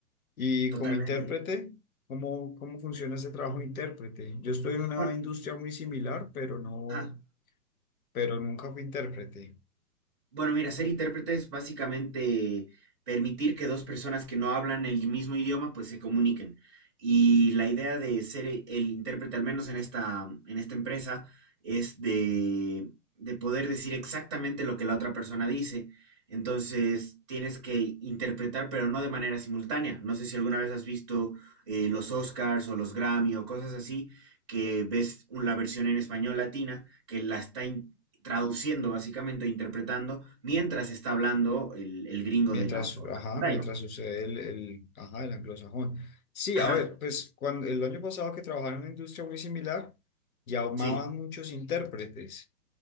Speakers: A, on the left; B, on the right.
A: Y
B: Totalmente.
A: como intérprete, ¿cómo, cómo funciona ese trabajo de intérprete? Yo estoy en una
B: Bueno,
A: industria muy similar, pero no,
B: ajá.
A: pero nunca fui intérprete.
B: Bueno, mira, ser intérprete es básicamente permitir que dos personas que no hablan el mismo idioma pues se comuniquen. Y la idea de ser e- el intérprete, al menos en esta, en esta empresa, es de, de poder decir exactamente lo que la otra persona dice. Entonces tienes que interpretar, pero no de manera simultánea. No sé si alguna vez has visto eh, los Oscars o los Grammy o cosas así, que ves un- la versión en español latina, que la está in- traduciendo básicamente, interpretando, mientras está hablando el, el gringo
A: Mientras,
B: de la otra
A: ajá,
B: pantalla.
A: mientras sucede el, el, ajá, el anglosajón. Sí,
B: Ajá,
A: a ver, pues cuando el año pasado que trabajaba en una industria muy similar, llamaban
B: sí,
A: muchos intérpretes,